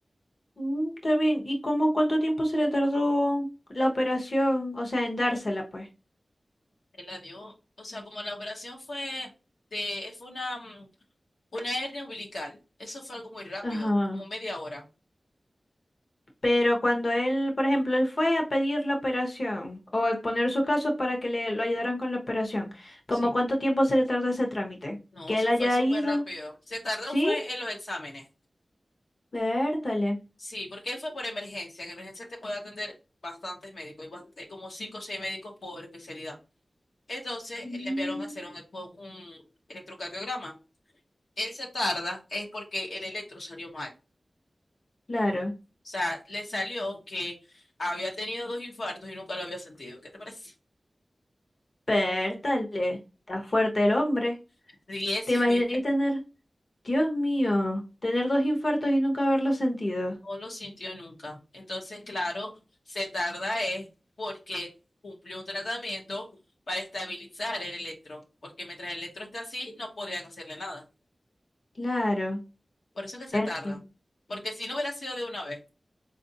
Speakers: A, on the left; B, on the left.
A: Mm, Está bien. ¿Y cómo cuánto tiempo se le tardó la operación? O sea, en dársela, pues.
B: Él la dio, o sea, como la operación fue de, fue una, mm, una hernia umbilical. Eso fue algo muy rápido,
A: Ajá.
B: como media hora.
A: Pero cuando él, por ejemplo, él fue a pedir la operación o a exponer su caso para que le lo ayudaran con la operación, ¿cómo
B: Sí.
A: cuánto tiempo se le tardó ese trámite?
B: No,
A: Que
B: eso
A: él haya
B: fue súper
A: ido,
B: rápido. Se tardó
A: ¿sí?
B: fue en los exámenes.
A: Vértale.
B: Sí, porque él fue por emergencia. En emergencia te puede atender bastantes médicos, y bast- hay como cinco o seis médicos por especialidad. Entonces
A: Mm.
B: le enviaron a hacer un, eco- un electrocardiograma. Él se tarda es porque el electro salió mal.
A: Claro,
B: O sea, le salió que había tenido dos infartos y nunca lo había sentido. ¿Qué te parece?
A: vértale. Está fuerte el hombre.
B: Ríes.
A: ¿Te
B: <laughs>
A: imaginas ahí tener, Dios mío, tener dos infartos y nunca haberlo sentido?
B: No lo sintió nunca. Entonces, claro, se tarda es porque cumplió un tratamiento para estabilizar el electro, porque mientras el electro está así, no podían hacerle nada.
A: Claro,
B: Por eso que
A: vértale.
B: se tarda, porque si no hubiera sido de una vez.